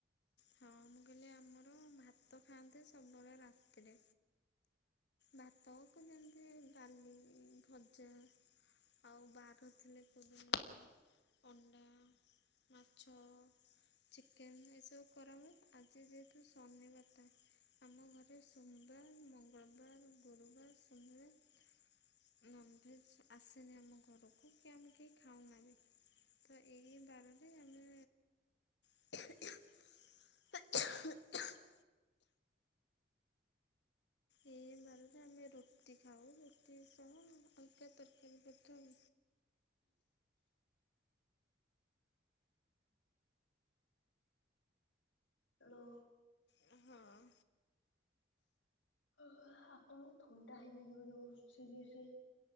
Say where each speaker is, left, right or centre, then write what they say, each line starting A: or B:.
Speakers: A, on the left; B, on the left.
A: ହଁ ମୁଁ କହିଲି ଆମର ଭାତ ଖାଆନ୍ତି ସବୁବେଳେ ରାତିରେ। ଭାତକୁ ଯେମିତି ବାଲି ଭଜା ଆଉ ବାର ଥିଲେ କୋଉ ଦିନ ଅଣ୍ଡା ମାଛ ଚିକେନ୍‌ ଏସବୁ କରାହୁୁଏ ଆଜି ଯେହେତୁ ଶନିବାରଟା ଆମ ଘରେ ସୋମବାର ମଙ୍ଗଳବାର ଗୁରୁବାର ସୋମବାର ନନ୍‌ଭେଜ୍ ଆସେନି ଆମ ଘରକୁ କି ଆମେ କେହି ଖାଉନା ବି। ତ ଏଇ ଏଇ ବାରରେ ଆମେ ଆ ଏଇ ଏଇ ବାରରେ ଆମେ ରୁଟି ଖାଉ ରୁଟି ସହ ଅଲଗା ତରକାରୀ ପତ୍ର ଆଉ।
B: ଲୋ
A: ଉଁ ହଁ।
B: ଓହୋ ଆପଣଙ୍କୁ ଥଣ୍ଡା ହେଇଯାଇଚି ବୋଧେ ବୋହୁତ ସିରିଏସ୍‌।